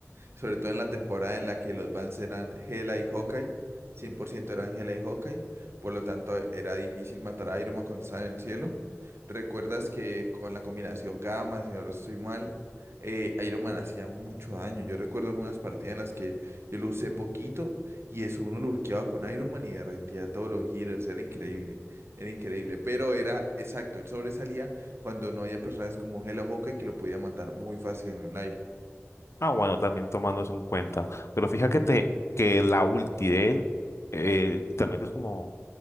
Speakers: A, on the right; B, on the left.
A: sobre todo en la temporada en la que los Vans eran Hela y Hawkeye, 100% eran Hela y Hawkeye, por lo tanto e, era difícil matar a Iron Man cuando estaba en el cielo. ¿Recuerdas que con la combinación gamma, si no estoy mal, eh, Iron Man hacía mucho daño? Yo recuerdo algunas partidas en las que yo lo usé poquito y eso uno lo lurkeaba con Iron Man y derretía a todos los healers, era increíble, era increíble, pero era exacto, él sobresalía cuando no había personas como Hela o Hawkeye que lo podía matar muy fácil en el aire.
B: Ah, bueno, también tomando eso en cuenta. Pero fíjate
A: Ujú,
B: que la ulti de él eh, también es como,